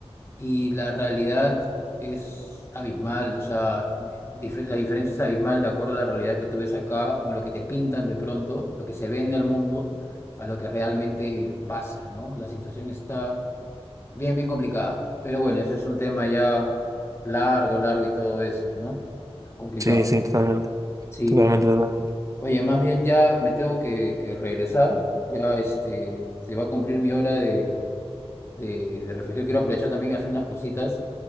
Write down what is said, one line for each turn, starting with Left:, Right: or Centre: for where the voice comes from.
Left: y la realidad es abismal, o sea, dif- la diferencia es abismal de acuerdo a la realidad que tú ves acá o lo que te pintan de pronto, lo que se vende al mundo, a lo que realmente pasa, ¿no? La situación está bien, bien complicada, pero bueno, ese es un tema ya largo, largo y todo eso, ¿no? Es complicado.
Right: Sí, sí, totalmente,
Left: Sí.
Right: totalmente, totalmente.
Left: Oye, más bien ya me tengo que, que regresar. Ya este, se va a cumplir mi hora de, de, de reflexión. Quiero aprovechar también y hacer unas cositas.